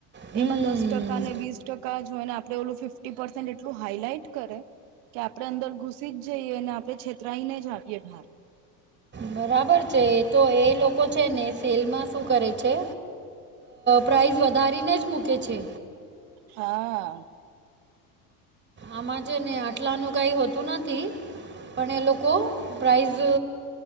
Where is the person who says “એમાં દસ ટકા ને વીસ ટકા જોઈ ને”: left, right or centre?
Right